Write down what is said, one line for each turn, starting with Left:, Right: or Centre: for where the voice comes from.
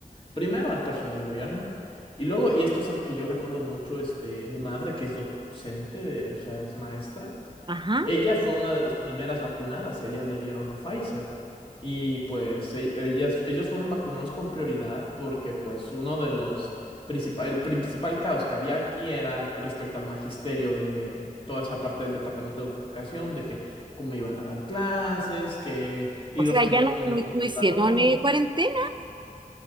Left: primero al personal del gobierno. Y luego, y esto es algo que yo recuerdo mucho, este, mi madre, que es do- docente, de- o sea, es maestra.
Right: ajá,
Left: Ella fue una de las primeras vacunadas, ellas le dieron la Pfizer. Y pues e- ellas, ellos fueron vacunados con prioridad porque pues uno de los principal, el principal caos que había aquí era respecto al magisterio de toda esa parte del Departamento de Educación, de que cómo iban a dar clases, que y
Right: o sea,
Left: los que
Right: ya
Left: no
Right: no,
Left: tienen
Right: no-
Left: computadora.
Right: no hicieron eh, cuarentena,